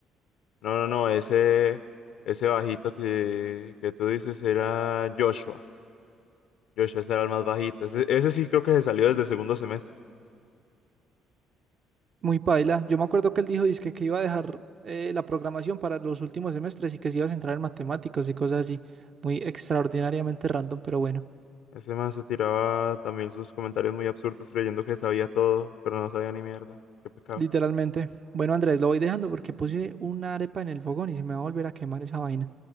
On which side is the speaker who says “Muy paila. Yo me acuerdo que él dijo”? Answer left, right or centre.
Right